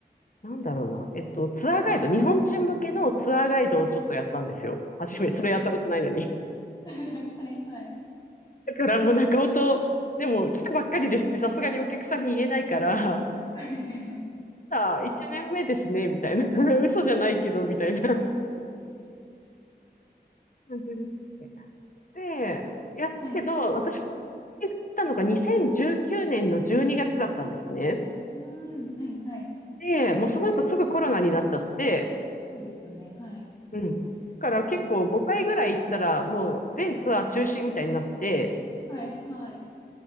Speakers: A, on the left; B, on the left.
A: なんだろうな。えっと、ツアーガイド、日本人向けのツアーガイドをちょっとやったんですよ。初め、
B: はい。
A: それやったことないのに。
B: <laughs> はい。はい。
A: <laughs> だからもう中尾と、でも来たばっかりですってさすがにお客さんに言えないから、
B: はい
A: <laughs> さあ、1年目ですね、みたいな。<laughs> 嘘じゃないけど、みたいな感じ <laughs> に。で、やったけど、
B: はい。
A: 私、行ったのが2019年の12月だったんですね。
B: うん。うんはい。はい。
A: で、もうその後すぐコロナになっちゃって、
B: そうですよね。はい。
A: うん。だから結構5回ぐらい行ったら、もう全ツアー中止みたいになって、
B: はい。はい。